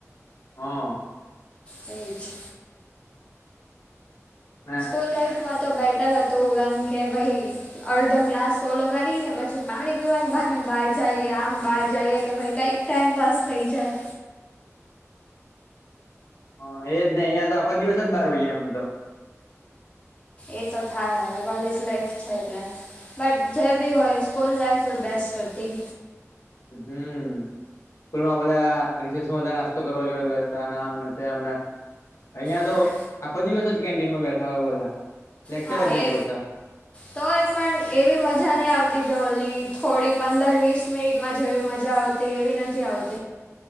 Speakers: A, on the left; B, on the left.
A: હા.
B: એ જ.
A: હા.
B: સ્કૂલ લાાઈફમાં તો બેટર હતું એમ કે ભાઈ. અડધો ક્લાસ ફોલો કરીને પછી, પાણી પીવાની બાહને બહાર જઈએ આમ બહાર જઈએ કે ભાઈ કંઈક ટાઈમપાસ થઈ જાય.
A: હ એજ નહ અં તો આપ જ દિવસ જ બહાર હોઈએ અમને તો.
B: એ તો થાય હવે કોલેજ લાઈફ છે એટલે. બટ જેબી હોય સ્કૂલ લાઈફમાં બેસ્ટ હોતી.
A: હમ. સ્કૂલમાં બધા નાસ્તો કરવા જોડે વ્યવસ્ આમ ને તેમ. અહિયાં
B: હા
A: તો આખો દિવસ જ કેન્ટીનમાં બેઠા હોય, બધા લેક્ચર
B: હા
A: જ નહી
B: એ
A: પડતા.
B: તોય પણ એવી મજા નહીં આવતી જલી થોડી પંદર વીસ મિનિટમાં જેવી મજા આવતી. તે એવી નથી આવતી.